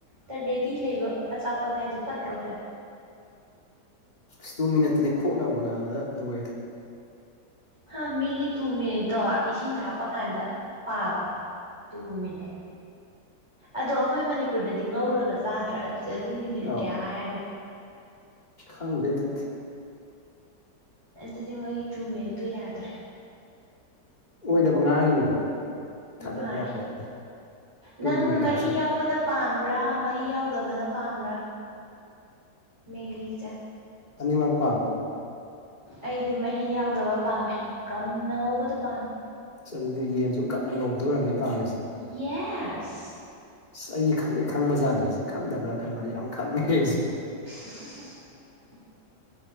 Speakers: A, on the right; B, on the left.
A: ꯇꯔ ꯗꯦꯗꯤ ꯂꯩꯕ ꯑꯆꯥꯄꯣꯠ ꯍꯥꯏꯁꯦ ꯄꯠꯇ꯭ꯔꯣꯁꯦ
B: ꯑꯁ ꯇꯨ ꯃꯤꯅꯠꯇꯗꯤ ꯈꯣꯛꯅꯕ ꯍꯣꯠꯅꯕꯗ ꯅꯨꯡꯉꯥꯏꯗ
A: ꯍꯥ ꯃꯤꯒꯤ ꯇꯨ ꯃꯤꯅꯤꯠꯇꯣ ꯏꯁꯤꯡꯗ ꯍꯥꯞꯄꯀꯥꯟꯗ ꯄꯥꯕ ꯇꯨ ꯃꯤꯅꯤꯠ ꯑꯗꯣ ꯑꯩꯈꯣꯏ ꯃꯅꯤꯄꯨꯔꯗꯗꯤ ꯉꯧꯔꯒ ꯆꯥꯗ꯭ꯔꯥ ꯆꯗꯤ ꯃꯤꯅꯤꯠ
B: ꯑꯧ
A: ꯀꯌꯥ ꯍꯥꯏꯔꯅ
B: ꯈꯪꯗꯦ ꯑꯗꯨꯗꯤ
A: ꯑꯗꯨꯗꯤ ꯃꯣꯏꯒꯤ ꯇꯔ꯭ꯨꯃꯦꯠꯇꯨ ꯌꯥꯗ꯭ꯔꯦ
B: ꯑꯣꯏꯗꯕ ꯉꯥꯡꯉꯤꯅꯤꯕ ꯊꯥꯖꯕ
A: ꯃꯥꯅꯦ
B: ꯌꯥꯄꯣꯠꯇꯦ ꯇꯨ
A: ꯅꯪ
B: ꯃꯤꯅꯠꯀ
A: ꯃꯍꯤ
B: ꯍꯥꯏꯖꯜ
A: ꯌꯥꯎꯕꯅ ꯄꯥꯝꯕ꯭ꯔꯥ ꯃꯍꯤ ꯌꯥꯎꯗꯕꯅ ꯄꯥꯝꯕ꯭ꯔꯥ ꯃꯦꯒꯤꯁꯦ
B: ꯑꯅꯤꯃꯛꯄꯥꯝ
A: ꯑꯩꯗꯤ ꯃꯍꯤ ꯌꯥꯎꯗꯕ ꯄꯥꯝꯃꯦ ꯀꯪꯅ ꯉꯧꯕꯗꯨꯣ ꯄꯥꯝꯃꯦ
B: ꯑꯗꯨꯗꯤ ꯌꯦꯟꯁꯨ ꯀꯛꯅ ꯉꯧꯗꯣꯏꯔꯔꯕꯅꯤ ꯄꯥꯝꯃꯤꯁꯦ
A: ꯌꯦꯁ
B: ꯑꯁ ꯑꯩꯗꯤ ꯈꯪꯗꯦ ꯈꯪꯕꯖꯥꯠꯅꯤ ꯑꯩꯁꯦ ꯈꯪꯗꯕ꯭ꯔꯥ ꯈꯔ ꯃꯅꯦ ꯌꯥꯝ ꯈꯪꯅ ꯑꯩꯁꯦ
A: <unintelligible>